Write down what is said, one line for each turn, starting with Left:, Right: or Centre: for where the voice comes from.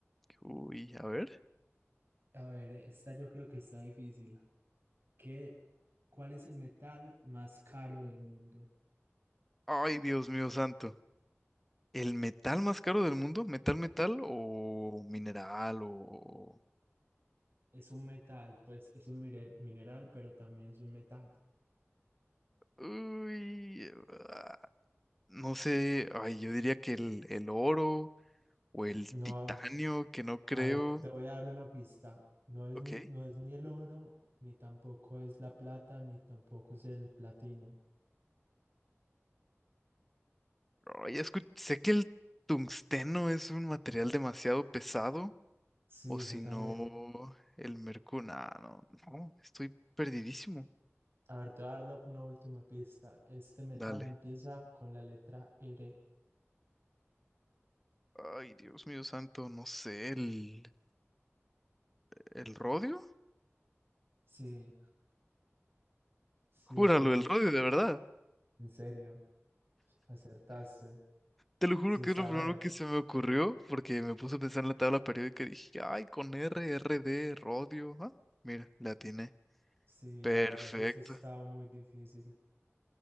Centre: Uy, a ver.
Right: A ver, esta yo creo que está difícil. ¿Qué, cuál es el metal más caro del mundo?
Centre: Ay, Dios mío santo. ¿El metal más caro del mundo? ¿Metal, metal o mineral o...?
Right: Es un metal, pues es un mire- mineral, pero también es un metal.
Centre: Uy, ah, no sé. Ay, yo diría que el, el oro o el
Right: No,
Centre: titanio, que no creo.
Right: A ver, te voy a dar una pista. No es
Centre: Ok.
Right: ni, no es ni el oro, ni tampoco es la plata, ni tampoco es el platino.
Centre: Ay, escu- sé que el tungsteno es un material demasiado pesado.
Right: Sí,
Centre: O si
Right: yo también.
Centre: no, el mercurio. no, no, estoy perdidísimo.
Right: A ver, te voy a dar la- una última pista. Este metal
Centre: Dale.
Right: empieza con la letra R.
Centre: Ay, Dios mío santo, no sé, el, el rodio.
Right: Sí, sí,
Centre: Júralo,
Right: ese
Centre: el
Right: es.
Centre: rodio, de verdad.
Right: En serio, acertaste.
Centre: Te lo juro
Right: Sin
Centre: que
Right: saber.
Centre: es lo primero que se me ocurrió porque me puse a pensar en la tabla periódica y dije, ay, con R, r d rodio. Ah, mira, la tiene.
Right: Sí,
Centre: Perfecto.
Right: la verdad es que estaba muy difícil.